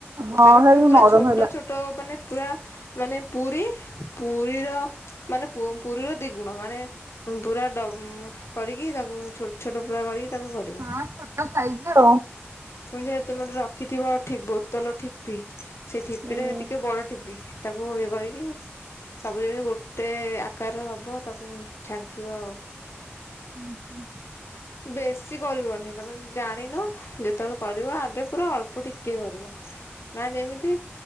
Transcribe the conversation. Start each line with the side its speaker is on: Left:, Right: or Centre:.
Right: ହଁ
Left: ତାର ପୁଣି
Right: ହେଲେ
Left: ପୁରା
Right: ନରମ
Left: ଛୋଟ-ଛୋଟ
Right: ହେଲା।
Left: ମାନେ ପୁରା ମାନେ ପୁରି, ପୁରିର ମାନେ ପୁରୀର ଦି ଗୁଣ, ମାନେ ପୁରା ଡ କରିକି ତାକୁ ଛୋଟ ଛୋଟ ପୁରା କରିକି ତାକୁ କରିବ।
Right: ହଁ ଛୋଟ ସାଇଜ ର।
Left: ପୁଣି ଯେ ତୁମେ ଗଟେ ରଖିଥିବ ବୋତଲ ଠିପି, ସେ
Right: ହୁଁ
Left: ଠିପି ରେ ଟିକେ ବଡ ଠିପି। ତାକୁ ଇଏ କରିକି ସବୁ ଯେମିତି ଗୋଟେ ଆକାରର ହେବ ତାକୁ ଛାଙ୍କିବ ଆଉ
Right: ହୁଁ ହୁଁ!
Left: ବେଶୀ କରିବନି ତମେ ଜାଣିନ ଯେତେବେଳେ କରିବ ଆଗେ ପୁରା ଅଳ୍ପ ଟିକେ କରିବ ମାନେ ଯେମିତି